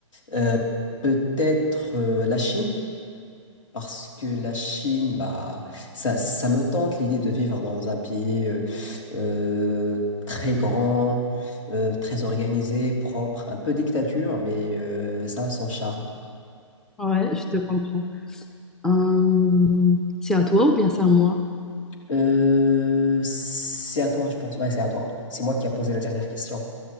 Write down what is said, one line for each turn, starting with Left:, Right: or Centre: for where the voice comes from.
Left: Euh, peut-être euh, la Chine, parce que la Chine, bah, ça, ça me tente l'idée de vivre dans un pays euh, euh, très grand, euh, très organisé, propre, un peu dictature, mais euh, ça a son charme.
Centre: Ouais, je te comprends. Euh, c'est à toi ou bien c'est à moi?
Left: Euh, c'est à toi, je pense. Ouais, c'est à toi. C'est moi qui a posé la dernière question.